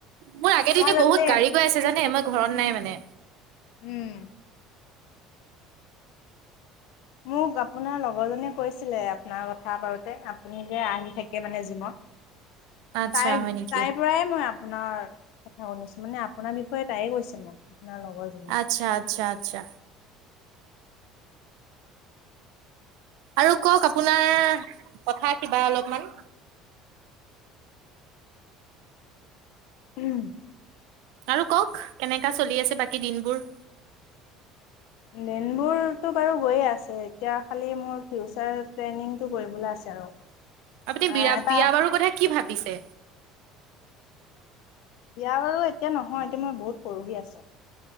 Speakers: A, on the right; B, on the left.
A: মোৰ আগেদিযে
B: মই তাতে
A: বহুত গাড়ী গৈ আছে জানে মই ঘৰত নাই মানে?
B: উম। মোক আপোনাৰ লগৰ জনীয়ে কৈছিলে আপোনাৰ কথা বাৰোতে আপুনি যে আহি থাকে মানে জিমত।
A: আচ্ছা
B: তাই-তাইৰ
A: হয় নেকি
B: পৰাই মই আপোনাৰ কথা শুনিছো মানে আপোনাৰ বিষয়ে তাইয়েই কৈছে মোক। আপোনাৰ লগৰজনীয়ে।
A: আচ্ছা আচ্ছা আচ্ছা। আৰু কওক আপোনাৰ কথা কিবা অলপমান।
B: উম
A: আৰু কওক কেনেকা চলি আছে বাকী দিনবোৰ?
B: দিনবোৰতো বাৰু গৈয়ে আছে এতিয়া খালি মোৰ ফিউচাৰ প্লেনিংটো কৰিবলৈ আছে আৰু।
A: আপুনি বিৰা-বিয়া
B: আহ এটা
A: বাৰুৰ কথা কি ভাবিছে?
B: বিয়া বাৰু এতিয়া নহয় এতিয়া মই বহুত সৰু হৈ আছো।